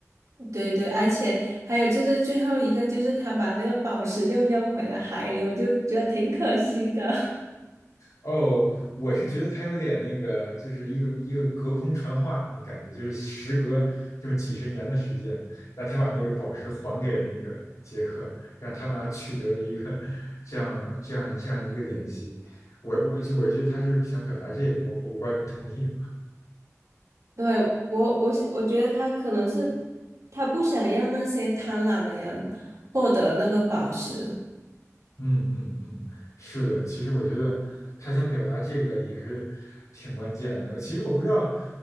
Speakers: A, on the right; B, on the left.
A: 对对，而且还有就是最后一个，就是他把那个宝石又扔回了海里，我就觉得挺可惜的。
B: 哦，我是觉得他有点那个，就是一个一个隔空传话的感觉，就是时隔这么几十年的时间，让他把那个宝石还给那个杰克，让他们俩取得了一个这样这样这样一个联系。我我就我觉得他是想表达这个，我我不知道您同意。
A: <laughs> 对，我，我想，我觉得他可能是他不想让那些贪婪的人获得那个宝石。
B: 嗯嗯嗯，是的，其实我觉得他想表达这个也是挺关键的。其实我不知道，